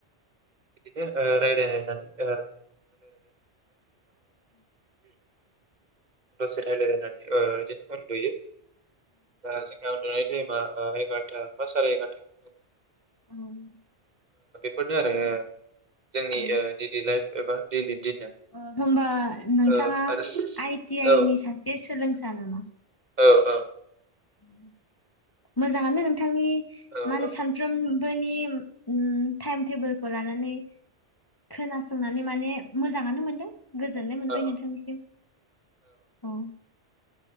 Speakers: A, on the right; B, on the left.
A: बिदिनो ओ रायलाय रायलायनानै <inaudible> <inaudible> आ दसे रायलाय लायनानै ओ इदिनो उन्दुयो। दा जोंना उन्दुनाय टाइमा ओ एगारथा बा साराय एगारथा
B: औ
A: मोनो आरो जोंनि
B: उम
A: दैलि लाइफ एबा दैलि दिना
B: ओ होनबा नोंथाङा
A: ओ आरो
B: आइटि
A: औ
B: आइ नि सासे सोलोंसा नामा?
A: औ औ।
B: अ मोजाङानो नोंथांनि
A: औ
B: मा होनो
A: औ
B: सानफ्रोम बेनि उम थाइम थेबोलखौ लानानै खोनासंनानै माने मोजाङानो मोन दो गोजोननाय मोनबाय
A: औ
B: नोंथांनिसिम औ।